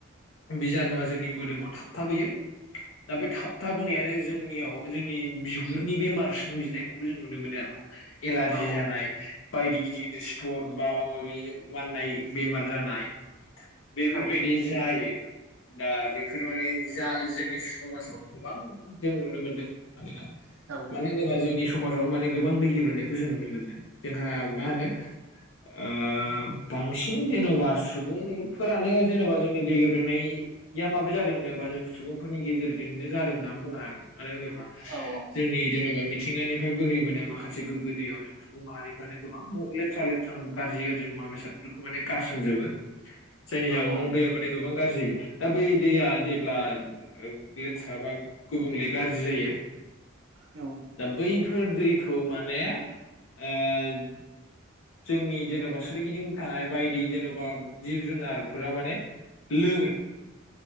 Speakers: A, on the left (about 75°); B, on the right (about 85°).
A: बिजानुआ जोंनि मोदोमाव थाबथाबोयो दा बे थाबथाबोनायानो जोंनियाव जोंनि बिगुरनि बेमार सोमजिनायखौबो जों नुनो मोन आरो ना एलारजि
B: औ
A: जानाय बायदि गिदिर गिदिर सिथर बा माबा मि माननाय बेमार जानाय बेफोरबायदि
B: औ
A: जायो दा बेफोर माने जा जोंनि समाजाव गोबां जों नुनो मोनदों माने
B: औ
A: मानो होनोबा जोंनि समाजाव माने गोबां दै गिब्रेंनायखौ जों नुनो मोनदों जोंहा मा होनो ओ बांसिन जेन'बा सुबुंफोरानो जेनेबा जोंनि दै गेब्रेंनाय फैया माब्रै जादों होनोबा जों सुबुंफोरनि गेजेरजोंनो जादों होननानै बुंनो हागोन मानो होनोबा
B: औ औ
A: जोंनि जेन'बा मिथिंगानिफ्राय बोहैबोनाय माखासे गोगो दैयाव जों सुबुं माहारिफ्रानो गोबां लेथ्रा लेथ्रा गाज्रि गाज्रि मुवा बेसादफोरखौ माने गारसोमजोबो। जायनि
B: हागोन
A: जाउनाव दैया माने गोबां गाज्रि जायो दा बै दैया जेब्ला ओ लेथ्रा बा गुबुंले गाज्रि जायो।
B: औ
A: दा बैफोर दैखौ माने ओ जोंनि जेन'बा सोरगिदिं थानाय बायदि जेन'बा जिब जुनारफोरा माने लोङो